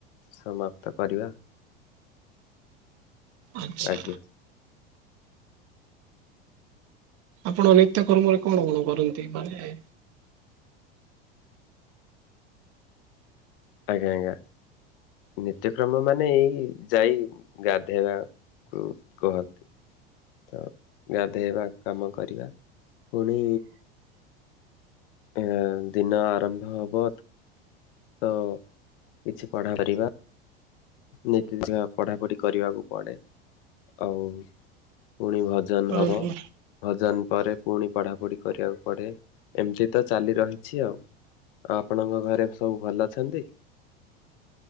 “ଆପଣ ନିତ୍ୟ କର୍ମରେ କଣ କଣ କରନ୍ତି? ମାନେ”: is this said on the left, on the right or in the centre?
Right